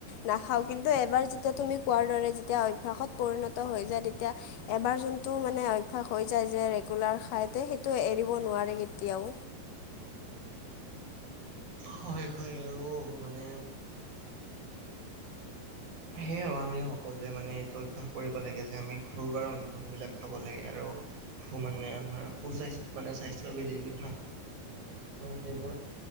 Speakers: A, on the left; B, on the right.
A: নাখাওঁ কিন্তু এবাৰ যেতিয়া তুমি কোৱাৰ দৰে যেতিয়া অভ্যাসত পৰিণত হৈ যায় তেত তিয়া এবাৰ যোনটো মানে অভ্যাস হৈ যায় যে ৰেগুলাৰ খাইতে সেইটো এৰিব নোৱাৰে কেতিয়াও।
B: হয়, হয় আৰু মানে সেয়ে আমি সকলোৱে মানে এইটো অভ্যাস কৰিব লাগে যে আমি ঘৰুৱা ৰন্ধনবিলাক খাব লাগে আৰু সু মানে আমাৰ সুচাইছ মানে স্বাস্থ্যৰ বাবে যি যি ভাল সেইবোৰ